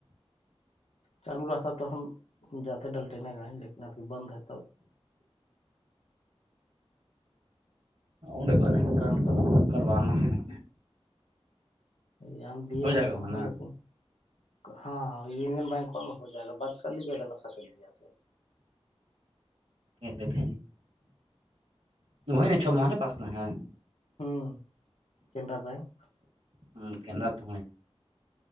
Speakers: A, on the left; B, on the right.
A: چالو راستہ تو ہم جاتے ڈلٹے نے گائیں لیکن بند ہے تب-
B: ان با
A: جام تو
B: کروانا ہے انیں-
A: ج ہم دیا
B: جائے
A: ہ
B: گا وہ
A: ہم
B: نا
A: لیکن- ہاں ای میل بائک والا ہو جائے گا بات کر لیجیے گا-
B: دیک نہیں چھ مہان پاس د ہے-
A: ہوں کینرا بینک-
B: ہ کنات ت-